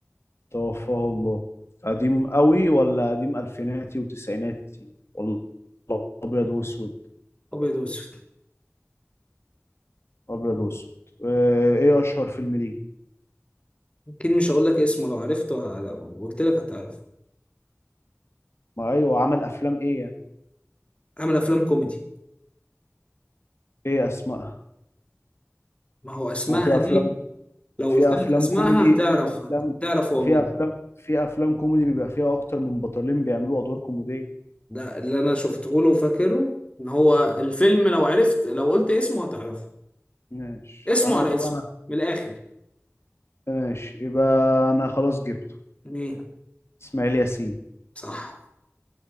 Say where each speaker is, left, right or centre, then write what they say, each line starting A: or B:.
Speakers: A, on the left; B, on the left.
A: توفاه الله قديم قوي ولا قديم ألفيناتي وتسعيناتي ولا أبيض وأسود
B: ابيض واسود
A: أبيض وأسود آه، إيه أشهر فيلم ليه
B: اكيد مش هقول لك اسمه لو عرفته لو قلت لك هتعرف
A: ما أيوه عمل أفلام إيه يعني؟
B: عمل افلام كوميدي
A: إيه أسمائها
B: ما هو اسمائها
A: هو في أفلام
B: دي لو
A: في
B: قلت لك
A: أفلام
B: اسمائها
A: كوميدي
B: هتعرف
A: في أفلام
B: هتعرف
A: وفي
B: هو مين
A: أفلام في أفلام كوميدي بيبقى فيها أكتر من بطلين بيعملوا أدوار كوميدية
B: ده اللي انا شفته له وفاكره ان هو الفيلم لو عرفت لو قلت اسمه هتعرفه
A: ماشي
B: اسمه
A: انا
B: على
A: طب
B: اسمه
A: انا
B: من الاخر
A: ماشي يبقى انا خلاص جبته
B: مين
A: اسماعيل ياسين
B: صح